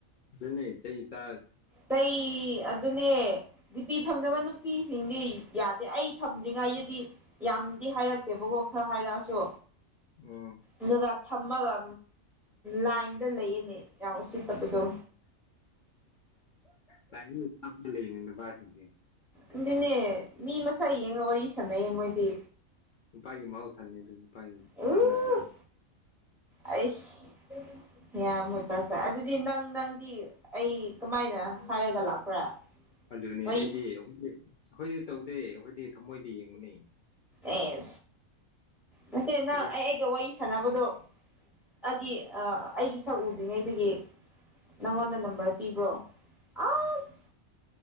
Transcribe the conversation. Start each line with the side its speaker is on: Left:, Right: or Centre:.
Left: ꯑꯗꯨꯅꯦ ꯆꯍꯤꯩ ꯆ
Centre: ꯀ ꯑꯗꯨꯅꯦ ꯅꯨꯄꯤ ꯊꯝꯗꯕ ꯅꯨꯄꯤꯁꯤꯡꯗꯤ ꯌꯥꯗꯦ ꯑꯩ ꯊꯝꯗ꯭ꯔꯤꯉꯩꯗꯗꯤ ꯌꯥꯝꯗꯤ ꯍꯥꯏꯔꯛꯇꯦꯕꯀꯣ ꯈꯔ ꯍꯥꯏꯔꯛꯑꯁꯨ
Left: ꯎꯝ
Centre: ꯑꯗꯨꯒ ꯊꯝꯃꯒ ꯂꯥꯏꯟꯗ ꯂꯩꯌꯦꯅꯦ ꯌꯥꯝ ꯎꯁꯤꯠꯇꯕꯗꯣ
Left: ꯄꯥꯁꯤꯦ
Centre: ꯑꯗꯨꯅꯦ ꯃꯤ ꯃꯁꯛ ꯌꯦꯡꯉꯒ ꯋꯥꯔꯤ ꯁꯥꯟꯅꯩꯌꯦ ꯃꯣꯏꯗꯤ
Left: ꯅꯨꯄꯥꯒꯤ ꯃꯍꯧꯁꯥꯅꯤ ꯑꯗꯨ ꯅꯨꯄꯥꯒꯤ
Centre: ꯎ
Left: ꯆꯠꯅꯕꯤꯅꯤ
Centre: ꯑꯩꯁ ꯌꯥꯝꯅ ꯇꯖꯥꯏ ꯑꯗꯨꯗꯤ ꯅꯪ ꯅꯪꯗꯤ ꯑꯩ ꯀꯃꯥꯏꯅ ꯍꯥꯏꯔꯒ ꯂꯥꯛꯄ꯭ꯔꯥ
Left: ꯑꯗꯨꯅꯦ
Centre: ꯋꯥꯔꯤ
Left: ꯑꯩꯗꯤ ꯑꯩꯈꯣꯏꯗꯤ ꯑꯩꯈꯣꯏꯗꯤ ꯇꯧꯗꯦ ꯑꯩꯈꯣꯏꯗꯤ ꯊꯃꯣꯏꯗ ꯌꯦꯡꯕꯨꯅꯦ
Centre: ꯑꯦꯁ ꯅꯠꯇꯦ
Left: ꯑꯩꯈꯣꯏꯗꯤ
Centre: ꯅꯪ ꯑꯩ ꯑꯩꯒ ꯋꯥꯔꯤ ꯁꯥꯟꯅꯕꯗꯣ ꯑꯗꯨꯗꯤ ꯑꯩꯒꯤ ꯁꯛ ꯎꯗ꯭ꯔꯤꯉꯩꯗꯒꯤ ꯅꯪꯉꯣꯟꯗ ꯅꯝꯕꯔ ꯄꯤꯕ꯭ꯔꯣ ꯑꯁ